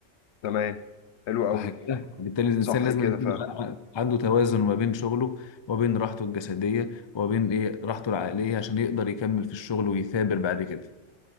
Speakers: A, on the left; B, on the left.
A: تمام حلو قوي
B: صح كده بالتالي الانسان
A: صح
B: لازم
A: كده
B: يكون
A: فعلا
B: ع- عنده توازن ما بين شغله وبين راحته الجسديه وبين ايه راحته العقليه عشان يقدر يكمل في الشغل ويثابر بعد كده